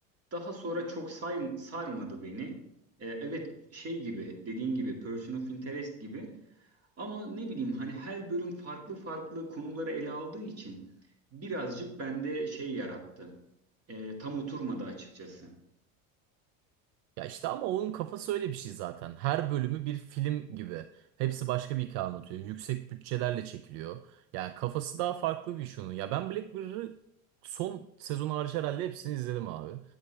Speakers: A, on the right; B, on the right.
A: Daha sonra çok say- sarmadı beni. E, evet şey gibi dediğin gibi Person of Interest gibi. Ama ne bileyim hani her bölüm farklı farklı konuları ele aldığı için birazcık bende şey yarattı. Ee, tam oturmadı açıkçası.
B: Ya işte ama onun kafası öyle bir şey zaten. Her bölümü bir film gibi. Hepsi başka bir hikaye anlatıyor. Yüksek bütçelerle çekiliyor. Yani kafası daha farklı bir iş onun. Ya ben Black Mirror'ı son sezonu hariç herhalde hepsini izledim abi.